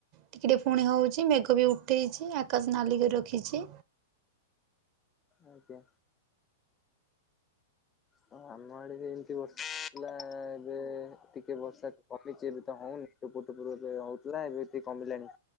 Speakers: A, on the right (about 40°); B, on the left (about 20°).
A: ଟିକିଏ ଟେ ପୁଣି ହେଉଛି ମେଘ ବି ଉଠେଇଛି ଆକାଶ ନାଲିିକରି ରଖିଛି।
B: ଆଜ୍ଞା। ହ ଆମ ଆଡ଼େ ଏମିତି ବର୍ଷାଥିଲା ଏବେ ଟିକେ ବର୍ଷା କମିଛି ଏବେ ତ ହଉନି ଟୁ ଏବେ ହଉଥିଲା ଏବେ କମିଲାଣି।